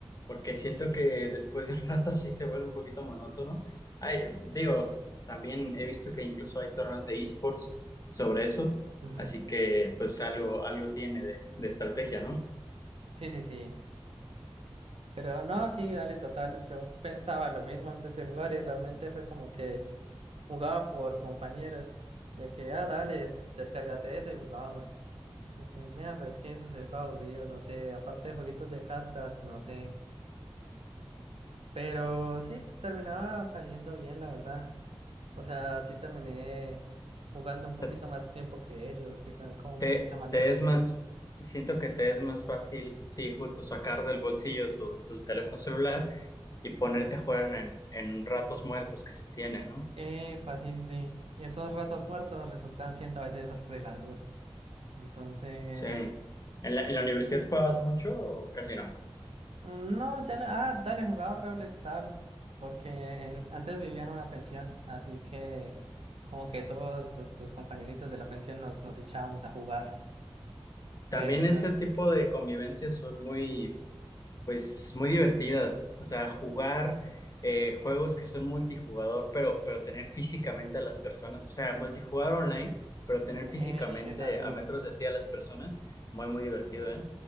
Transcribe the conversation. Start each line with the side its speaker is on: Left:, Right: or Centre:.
Left: porque siento que después de un <laughs> rato sí se vuelve un poquito monótono. Ay, digo, también he visto que incluso hay torneos de esports sobre eso,
Right: Ujú.
Left: así que pues algo, algo tiene de, de estrategia, ¿no? O
Right: Sí, sí, sí. Pero no, sí, dale, total. Yo pensaba lo mismo antes de jugar y realmente fue como que jugaba por compañeros, de que, ah, dale, descárgate eso y jugábamos. Yo como que, nea, pero es que eso se ve todo aburrido, no sé, aparte de jueguitos de cartas, no sé. Pero sí, t- terminaba saliendo bien, la verdad. O sea, sí terminé jugando un
Left: sea,
Right: poquito más tiempo que ellos, sí, como como un
Left: te,
Right: poquito más lejos
Left: te es
Right: que
Left: más,
Right: ellos.
Left: siento que te es más fácil, sí, justo sacar del bolsillo tu, tu teléfono celular y ponerte a jugar en, en ratos muertos que se tiene, ¿no?
Right: Epa, sí, sí, sí. Y esos ratos muertos resultan siendo a veces re largos. Entonces,
Left: Sí. ¿En la, en la universidad juegas mucho o casi no?
Right: No, ya no. Ah, dale, jugaba Brawl Stars. Porque en- antes vivía en una pensión. Así que, como que todos los los compañeritos de la pensión nos, nos echábamos a jugar.
Left: También
Right: Pero,
Left: ese tipo de convivencias son muy, pues, muy divertidas. O sea, jugar eh, juegos que son multijugador, pero, pero tener físicamente a las personas. O sea, multijugador online, pero tener
Right: eh,
Left: físicamente
Right: así.
Left: a metros de ti a las personas. Muy, muy divertido, ¿eh?